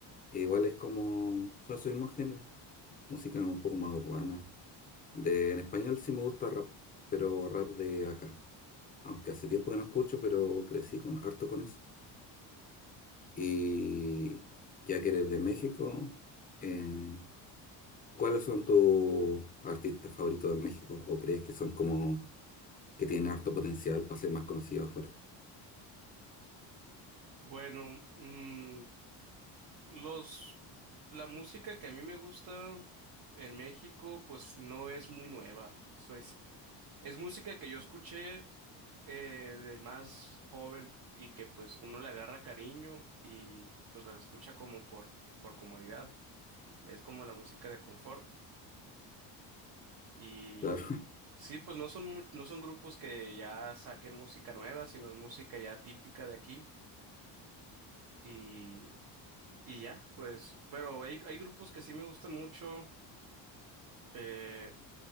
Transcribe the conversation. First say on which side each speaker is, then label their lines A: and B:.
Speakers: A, on the left; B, on the right.
A: E igual es como, son su mismo género. Música un poco más urbana. De, en español sí me gusta rap, pero rap de acá. Aunque hace tiempo que no escucho, pero crecí con, harto con eso. Y ya que eres de México, eh, ¿cuáles son tus artistas favoritos de México? ¿O crees que son como que tienen harto potencial para ser más conocidos afuera?
B: Bueno, mm, los, la música que a mí me gusta en México pues no es muy nueva, soy, si, Es música que yo escuché eh, de más joven y que pues uno le agarra cariño y pues las escucha como por, por comodidad. Es como la música de confort. Y
A: <laughs> Claro.
B: sí, pues no son, mu- no son grupos que ya saquen música nueva, sino es música ya típica de aquí. Y, y ya, pues, pero hay, hay grupos que sí me gustan mucho. eh,